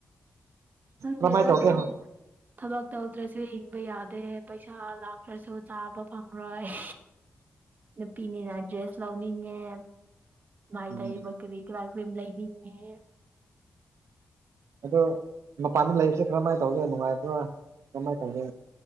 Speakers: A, on the right; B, on the right.
A: ꯈꯪꯗꯦꯗ
B: ꯀꯃꯥꯏ ꯇꯧꯒꯦ
A: ꯊꯕꯛꯁꯦ ꯊꯕꯛ ꯇꯧꯗ꯭ꯔꯁꯨ ꯍꯤꯡꯕ ꯌꯥꯗꯦ ꯄꯩꯁꯥ ꯂꯥꯛꯇ꯭ꯔꯁꯨ ꯆꯥꯕ ꯐꯪꯂꯔꯣꯏ
B: <inaudible>
A: ꯅꯨꯄꯤꯅꯤꯅ ꯗ꯭ꯔꯦꯁ ꯂꯧꯅꯤꯡꯉꯦ ꯃꯥꯏ
B: ꯎꯝ
A: ꯇꯩꯏꯕ ꯀꯔꯤ <unintelligible> ꯂꯩꯅꯤꯡꯉꯦ
B: ꯑꯗꯣ ꯃꯄꯥꯟꯗ ꯂꯩꯕꯁꯦ ꯀꯔꯝꯃꯥꯏ ꯇꯧꯒꯦ ꯅꯨꯡꯉꯥꯏꯕ꯭ꯔ‌ꯣ ꯀꯃꯥꯏ ꯇꯧꯒꯦ